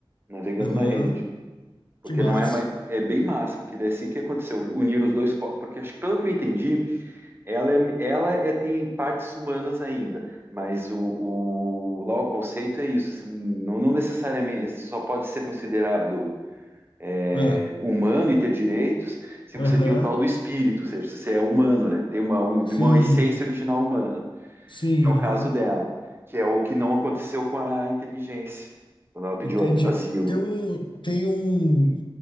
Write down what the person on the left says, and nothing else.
Aham.
Que massa.
Ah,
Aham.
Sim.
Sim,
aham.
Entendi.
Tem um, tem um,